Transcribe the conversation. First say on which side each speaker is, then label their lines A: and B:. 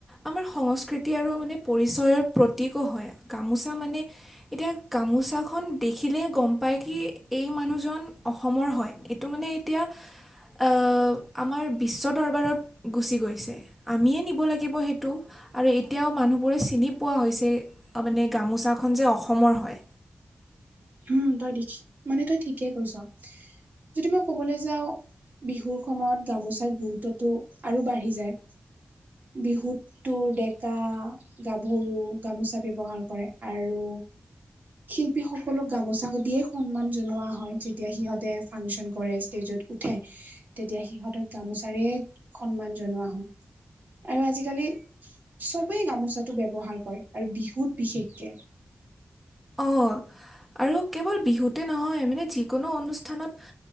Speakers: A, in the centre; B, on the right.
A: আমাৰ সংস্কৃতি আৰু মানে পৰিচয়ৰ প্ৰতীকো হয় গামোচা মানে এতিয়া গামোচাখন দেখিলে গম পায় কি এই মানুহজন অসমৰ হয় তো মানে এতিয়া অ আমাৰ বিশ্ব দৰবাৰত গুচি গৈছে আমিয়ে নিব লাগিব সেইটো আৰু এতিয়াও মানুহবোৰে চিনি পোৱা হৈছে মানে গামোচাখন যে অসমৰ হয়
B: উম তই দি মানে তই ঠিকেই কৈছ যদি মই কবলৈ যাও বিহুৰ সময়ত গামোচাৰ গুৰুত্বটো আৰু বাঢ়ি যায় বিহুত তো ডেকা গাভৰু গামোচা ব্যৱহাৰ কৰে আৰু শিল্পীসক সকলো গামোচা দিয়ে সন্মান জনোৱা হয় যেতিয়া সিহঁতে ফাংচন কৰে ষ্টেজত উঠে তেতিয়া সিহঁতক গামোচাৰে সন্মান জনোৱা হয় আৰু আজিকালি চবেই গামোচাটো ব্য্ৱহাৰ কৰে আৰু বিহুত বিশেষকে
A: অঁ আৰু কেৱল বিহুতে নহয় মানে যিকোনো অনুষ্ঠানত